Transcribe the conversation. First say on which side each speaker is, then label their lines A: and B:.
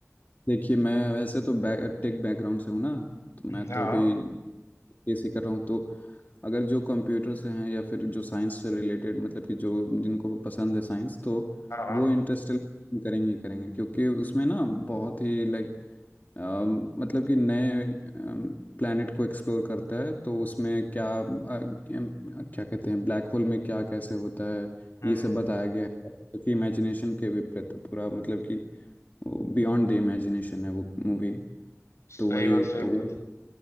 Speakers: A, on the left; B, on the left.
A: देखिए मैं वैसे तो बैक, टेक बैकग्राउंड से हूँ ना तो
B: <laughs>
A: मैं
B: हाँ
A: तो अभी
B: हम्म।
A: बीएससी कर रहा हूँ तो अगर जो कंप्यूटर से हैं या फिर जो साइंस से रिलेटेड मतलब कि जो जिनको पसंद है साइंस तो
B: हाँ हाँ
A: वो इंटरेस्ट करेंगे ही करेंगे क्योंकि उसमें ना बहुत ही लाइक अम, मतलब कि नए प्लैनेट को एक्सप्लोर करता है तो उसमें क्या अ, अम, क्या कहते हैं ब्लैक होल में क्या कैसे होता है
B: हम्म
A: ये सब बताया गया है जो कि इमेजिनेशन के विपरीत है पूरा मतलब कि बियॉन्ड द इमेजिनेशन है वो मूवी
B: सही
A: तो वही
B: बात सही
A: तो वो
B: बात